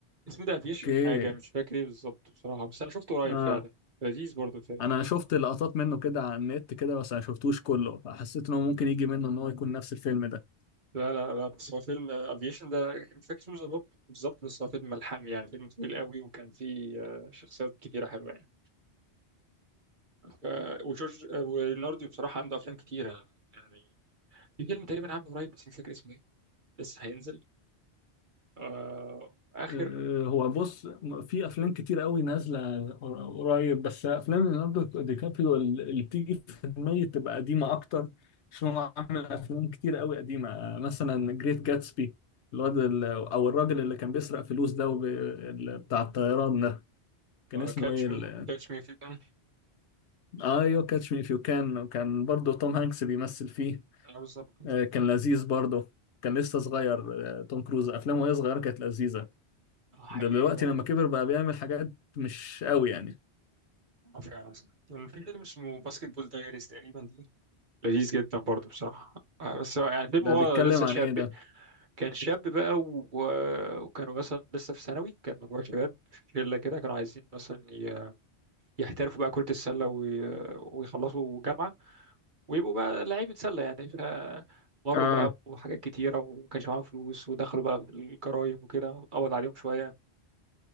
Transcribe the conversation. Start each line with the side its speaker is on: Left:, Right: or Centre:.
Right: اسمه ده افيشن
Left: اوكي
Right: حاجة مش فاكر ايه بالظبط بصراحة بس انا شفته قريب
Left: اه
Right: فعلا لذيذ برضه الفيلم
Left: انا شفت لقطات منه كده على النت كده بس انا شفتوش كله فحسيت ان هو ممكن يجي منه ان هو يكون نفس الفيلم ده
Right: لا لا لا بس هو فيلم افيشن ده مش فاكر اسمه بالظبط بالظبط بس هو فيلم ملحمي يعني فيلم طويل قوي وكان فيه آه، شخصيات كتيرة حلوة يعني آه، وجورج آه، وليوناردو بصراحة عنده افلام كتيرة يعني في فيلم تقريبا عامله قريب بس مش فاكر اسمه ايه لسه هينزل آه اخر
Left: أه، هو بص م- في افلام كتير قوي نازله قر- قريب بس افلام ليوناردو دي كابريو ال- اللي بتيجي في دماغي بتبقى قديمه اكتر عشان هو عامل افلام كتير قوي قديمه أه، مثلا جريت جاتسبي الواد ال- او الراجل اللي كان بيسرق فلوس ده وب... ال- بتاع الطيران ده كان اسمه
Right: كاتش
Left: ايه
Right: مي
Left: ال...
Right: كاتش مي في كان
Left: آه، ايوه كاتش مي اف يو كان كان برضه توم هانكس بيمثل فيه
Right: اه بالظبط
Left: آه، كان لذيذ برضه كان لسه صغير آه، توم كروز افلامه وهي صغيره كانت لذيذه
Right: آه، حقيقي
Left: دلوقتي
Right: فعلا
Left: لما كبر بقى بيعمل حاجات مش قوي يعني
Right: اه فعلا صح. كان في فيلم اسمه باسكت بول دايريز تقريبا دي لذيذ جدا برضه بصراحة آه، بس هو يعني فيلم
Left: ده
Right: هو
Left: بيتكلم
Right: لسه
Left: عن
Right: شاب
Left: ايه ده
Right: يعني. كان شاب بقى و... و- وكانوا مثلا لسه في ثانوي كان مجموعة شباب في شلة كده كانوا عايزين مثلا ي- يحترفوا بقى كرة السلة وي... ويخلصوا جامعة ويبقوا بقى لعيبة سلة يعني فمروا
Left: اه
Right: بقى بحاجات كتيرة ومكانش معاهم فلوس ودخلوا بقى في الجرايم وكده قبض عليهم شوية